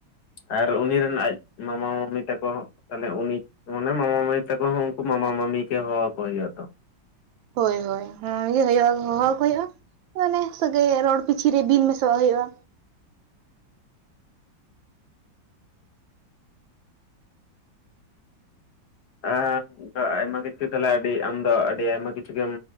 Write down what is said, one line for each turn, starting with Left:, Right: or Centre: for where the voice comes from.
Left: ᱟᱨ ᱩᱱᱤ ᱨᱮᱱ ᱟᱡ ᱢᱟᱢᱟᱼᱢᱟᱢᱤ ᱛᱟᱠᱚ ᱛᱟᱦᱚᱞᱮ ᱩᱱᱤ ᱚᱱᱮ ᱢᱟᱢᱟ ᱢᱟᱢᱤ ᱛᱟᱠᱚ ᱦᱚ ᱩᱱᱠᱩ ᱢᱟᱢᱟ ᱢᱟᱢᱤ ᱠᱮ ᱦᱚᱦᱚ ᱟᱠᱚ ᱦᱳᱭᱳᱜᱼᱟ ᱛᱚ᱾
Right: ᱦᱳᱭ ᱦᱳᱭ ᱚᱱᱟᱜᱮ ᱦᱩᱭᱩᱜᱼᱟ᱾ ᱦᱚᱦᱚ ᱟᱠᱚ ᱦᱩᱭᱩᱜᱼᱟ᱾ ᱚᱱᱮ ᱥᱟᱹᱜᱟᱹᱭ ᱨᱚᱲ ᱯᱤᱪᱷᱤ ᱨᱮ ᱵᱤᱱ ᱢᱮᱥᱟᱣᱟᱜ ᱦᱩᱭᱩᱜᱼᱟ᱾
Left: <unintelligible> ᱚᱱᱠᱟ ᱟᱭᱢᱟ ᱠᱤᱪᱷᱩ ᱛᱟᱦᱮ ᱟᱹᱰᱤ ᱟᱢ ᱫᱚ ᱟᱹᱰᱤ ᱟᱭᱢᱟ ᱠᱤᱪᱷᱩ ᱜᱮᱢ